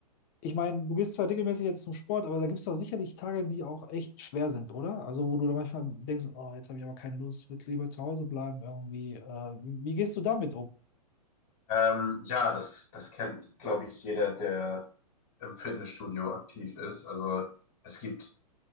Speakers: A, on the left (about 30°); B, on the left (about 55°).
A: ich meine, du gehst zwar regelmäßig jetzt zum Sport, aber da gibt es doch sicherlich Tage, die auch echt schwer sind, oder? Also wo du dann manchmal denkst, oh, jetzt habe ich aber keine Lust, würde lieber zu Hause bleiben irgendwie. Äh, wie gehst du damit um?
B: ähm, ja, das, das kennt, glaube ich, jeder, der im Fitnessstudio aktiv ist. Also es gibt